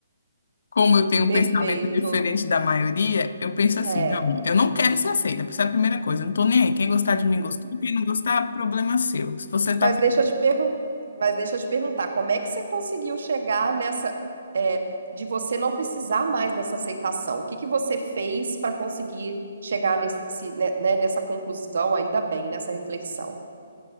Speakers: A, on the left; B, on the right.
A: Como eu tenho um
B: Perfeito.
A: pensamento diferente da maioria, eu penso assim,
B: É,
A: não, eu não quero ser aceita, essa é a primeira coisa, eu não tô nem aí, quem gostar de mim gostou, quem não gostar, problema seu. Se você
B: mas
A: tá, per-
B: deixa eu te pergun- mas deixa eu te perguntar, como é que você conseguiu chegar nessa, é, de você não precisar mais dessa aceitação? O que que você fez para conseguir chegar nesse, né, né, nessa conclusão, ainda bem, nessa reflexão?